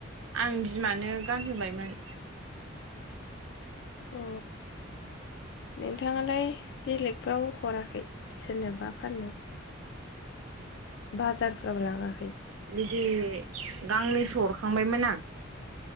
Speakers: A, on the right; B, on the left.
A: आं बिमानो गानहोबायमोन।
B: अ नोंथाङालाय बेलेगफ्राव हराखै? सोरनोबा फाननो बाजारफ्राव लाङाखै?
A: जि गांनैसो हरखांबायमोन आं।